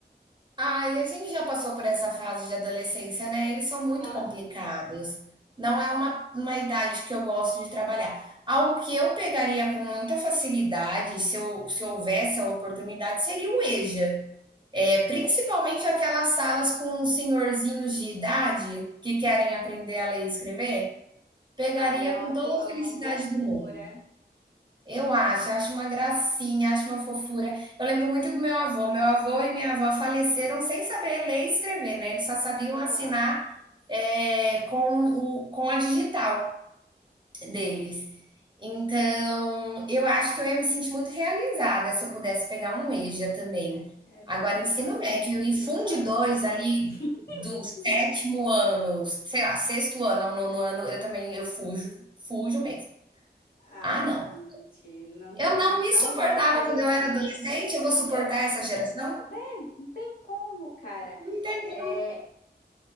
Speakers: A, on the right; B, on the left.
A: Ai, a gente já passou por essa fase de adolescência, né, eles são muito
B: Hã?
A: complicados. Não é uma uma idade que eu gosto de trabalhar. Algo que eu pegaria com muita facilidade, se eu se houvesse a oportunidade, seria o EJA. É, principalmente aquelas salas com senhorzinhos de idade que querem aprender a ler e escrever, pegaria
B: Ah, é uma,
A: com toda
B: fo-
A: a
B: é
A: felicidade
B: uma fofura.
A: do mundo. Eu acho, acho uma gracinha, acho uma fofura. Eu lembro muito do meu avô. Meu avô e minha avó faleceram sem saber ler e escrever, né? Eles só sabiam
B: Aham.
A: assinar é, com, o, com a digital deles. Então, eu acho que eu ia me sentir muito realizada se eu pudesse pegar um EJA também.
B: É, é dá,
A: Agora, ensino
B: dá um quentinho
A: médio e funde
B: no coração.
A: dois ali do
B: <laughs>
A: sétimo ano, sei lá, sexto ano ao nono ano, eu também eu fujo, fujo mesmo.
B: Ai,
A: Ah, não.
B: gente, não, não,
A: Eu não me
B: não
A: suportava
B: voltaria,
A: quando eu era
B: não.
A: adolescente, eu vou suportar
B: Eu-
A: essa geração?
B: é, Não tem como, cara.
A: Não entendo.
B: É,